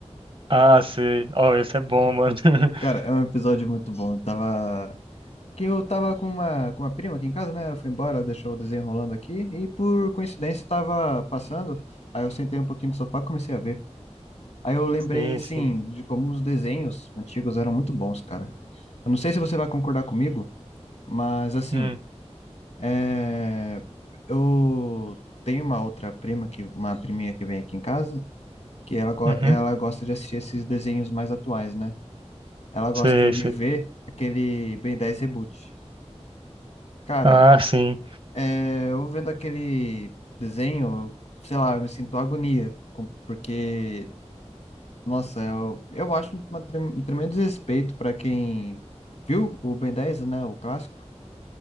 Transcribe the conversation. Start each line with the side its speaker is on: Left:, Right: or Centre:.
Right: Ah, sei. Ó, esse é bom, mano. <laughs>
Left: Cara, é um episódio muito bom. Eu tava que eu tava com uma, com uma prima aqui em casa, né? Ela foi embora, ela deixou o desenho rolando aqui, e por coincidência tava passando, aí eu sentei um pouquinho no sofá e comecei a ver. Aí eu lembrei,
Right: Sim,
Left: assim,
Right: sim.
Left: de como os desenhos antigos eram muito bons, cara. Eu não sei se você vai concordar comigo, mas, assim,
Right: Hum,
Left: é... eu tenho uma outra prima, que, uma priminha que vem aqui em casa, que ela, go-
Right: uhum.
Left: ela gosta de assistir esses desenhos mais atuais, né? Ela gosta
Right: Sei,
Left: de
Right: sei.
Left: ver aquele Ben 10 Reboot. Cara,
Right: Ah, sim,
Left: É, eu vendo aquele desenho, eu- sei lá, eu me sinto agonia, com- porque, nossa, eu, eu acho uma trem- um tremendo desrespeito para quem viu o Ben 10, né, o clássico.